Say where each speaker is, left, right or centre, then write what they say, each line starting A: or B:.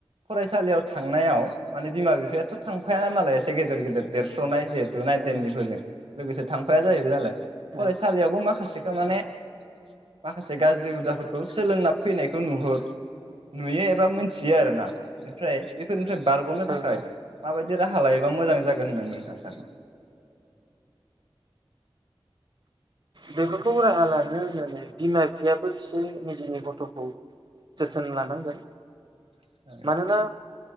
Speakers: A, on the right; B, on the right.
A: फरायसालियाव थांनायाव माने बिमा बिफायाथ' थांफायाना नालाय एसे गेदेर गेदेर देरस्र'नाय <unintelligible> टु नाइन टेननि
B: ओ
A: फोरजों। लोगोसे थांफाया जाहैबाय नालाय फरायसालियावबो
B: ओ
A: माखासेखौ
B: ओ
A: माने माखासे गाज्रि हुदाफोरखौ सोलोंना फैनायखौ नुहुर नुयो एबा मोनथियो आरोना ओमफ्राय बेफोरनिफ्राय बारग'नो
B: औ
A: थाखाय
B: औ
A: माबायदि राहा लायोबा मोजां जागोन होनना नोंथाङा सानो?
B: बेफोरखौ राहा लानो होननानै बिमा बिफायाबो एसे निजेनि गथ'खौ जोथोन लानांगोन
A: सानो
B: मानोना